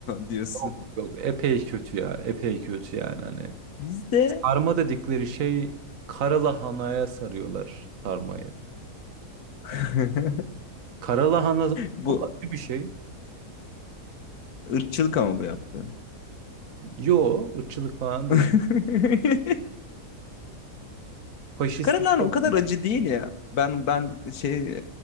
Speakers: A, on the left; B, on the right.
A: <laughs> diyorsun.
B: Yok yok epey kötü ya. Epey kötü yani hani.
A: Bizde
B: Sarma dedikleri şey karalahanaya sarıyorlar sarmayı.
A: <laughs>
B: Karalahana zaten
A: bu
B: çok acı bir şey.
A: ırkçılık ama bu yaptığın.
B: Yo ırkçılık falan
A: <laughs>
B: değil. Faşistlik
A: Karalahana
B: falan
A: o kadar acı değil ya. Ben ben şey